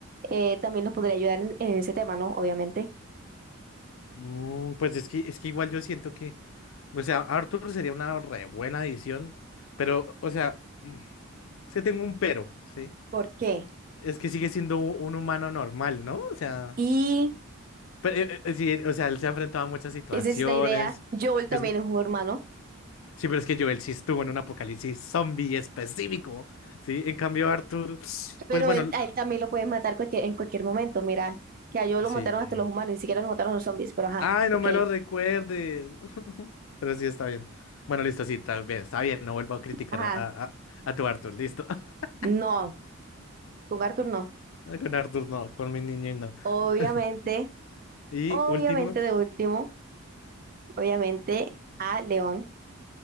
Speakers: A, on the right (about 40°); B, on the left (about 65°).
A: eh, también nos podría ayudar en, en ese tema, ¿no? Obviamente.
B: Mm, pues es que, es que igual yo siento que. O sea, Arthur sería una re buena edición. Pero, o sea, mm, es que tengo un pero, ¿sí?
A: ¿Por qué?
B: Es que sigue siendo un humano normal, ¿no? O sea.
A: Y
B: Pero, eh, eh, sí, o sea, él se ha enfrentado a muchas situaciones.
A: esa es la idea. Joel también
B: Es,
A: es un hermano,
B: sí, pero es que Joel sí estuvo en un apocalipsis zombie específico, ¿sí? En cambio, Arthur,
A: pero
B: pues bueno,
A: él,
B: l-
A: a él también lo pueden matar cualquier- en cualquier momento. Mira, que a Joel
B: sí.
A: lo mataron hasta los humanos, ni siquiera lo mataron los zombies, pero ajá,
B: Ay, no
A: ok.
B: me lo recuerdes. <laughs> Pero sí, está bien. Bueno, listo, sí, está bien, está bien. No vuelvo a criticar
A: Ajá,
B: a, a, a- a tu Arthur, listo. <laughs>
A: no, con Arthur no.
B: Con Arthur no, con mi niño no.
A: Obviamente,
B: <laughs> Y
A: obviamente
B: último,
A: de último, obviamente a León.